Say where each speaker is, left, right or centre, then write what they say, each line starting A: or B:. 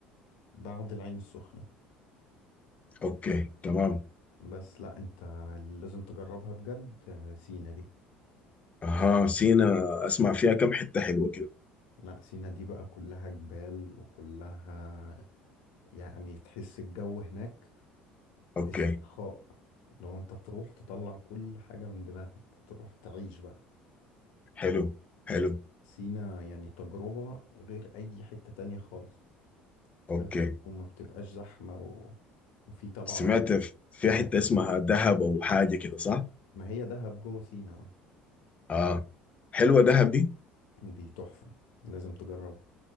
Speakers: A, on the left; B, on the left.
A: بعد العين السخنة
B: أوكي تمام
A: بس لا انت لازم تجربها بجد سينا دي
B: أها سينا أسمع فيها كم حتة حلوة كده
A: لا سينا دي بقى كلها جبال وكلها يعني تحس الجو هناك
B: أوكي
A: استرخاء لو انت تروح تطلع كل حاجة من دماغك تروح تعيش بقى
B: حلو حلو
A: سينا يعني تجربة غير أي حتة تانية خالص بس
B: أوكي
A: وما بتبقاش زحمة و... وفي طبعا
B: سمعت في في
A: حاجات
B: حتة اسمها
A: كتيرة
B: دهب أو حاجة كده صح؟
A: ما هي دهب جوه سينا اه
B: آه حلوة دهب دي؟
A: دي تحفة لازم تجربها